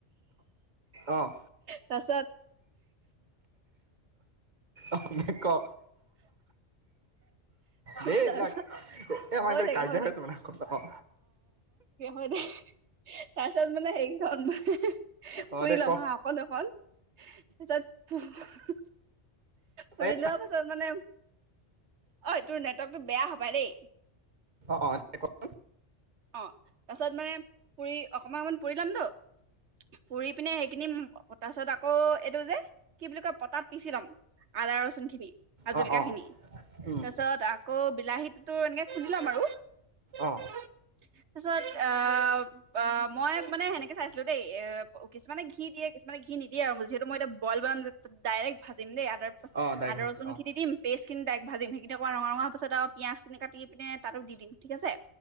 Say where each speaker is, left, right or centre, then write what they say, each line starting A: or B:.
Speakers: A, on the right; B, on the right.
A: আহ
B: তাৰপিছত
A: অ ক দেই
B: তাৰপিছত
A: এইবিলাক এ আমাৰ
B: হৈ
A: পিনে
B: থাকে
A: কাজিয়া হৈ
B: থাকে
A: আছে মানে গম নাপাওঁ
B: গে তাৰ পিছত মানে হেৰিখন মানে
A: অ'
B: পুৰি
A: দে
B: ল'ম
A: ক
B: হাঁ অকন অকন তাৰপিছত হু হু পুৰি
A: এই
B: লোৱা পাছত মানে । হয় অ তোৰ নেটৱৰ্কতটো বেয়া হপায় দেই ।
A: অ অ কওকচোন
B: অ তাৰপিছত মানে পুৰি অকমান অকমান পুৰিলাম তু পুৰি পিনে সেইখিনি ত তাৰ পাছত আকৌ এইটো যে কি বুলি কয় পটাত পিচি ল'ম আদা ৰচুন খিনি
A: অ' অ'
B: জলকীয়া
A: অ'
B: খিনি
A: উম
B: তাৰপিছত আকৌ বিলাহীটোতো এনেকে খুন্দি লম আৰু তাৰ
A: অ'
B: পিছত আহ অ মই মানে সেনেকে চাইছিলো দেই এ কিছুমানে ঘি দিয়ে কিছুমানে ঘি নিদিয়ে আৰু যিহেতু মই এতিয়া বইল বনাম ডাইৰেক্ট ভাজিম দেই তাৰ পছত
A: অ ডাইৰেক্ট
B: আদা
A: ভাজিবি
B: ৰচুন
A: অ
B: খিনি দিম পেষ্ট । কিন দাইক ভাজিম সে তাৰপৰা ৰঙা ৰঙৰ পিছত আৰু পিয়াজ কিনি কাটি পিনে তাতো দি দিম ঠিক আছে